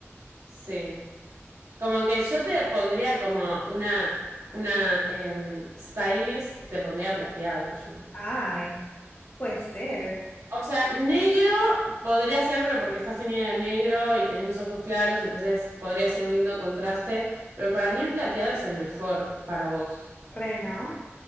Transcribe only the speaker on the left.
Ay, puede ser.
Reno,